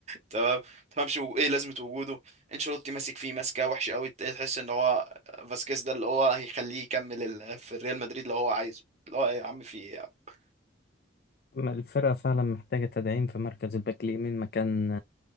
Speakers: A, on the right; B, on the left.
A: تمام تفهمش وج- ايه لازمه وجوده انشيلوتي ماسك فيه ماسكه وحشه قوي تحس ان هو فاسكيز ده اللي هو هيخليه يكمل ال- في الريال مدريد اللي هو عايزه اللي هو إيه يا عم في ايه يا عم؟
B: ما الفرقة فعلا محتاجة تدعيم في مركز الباك اليمين مكان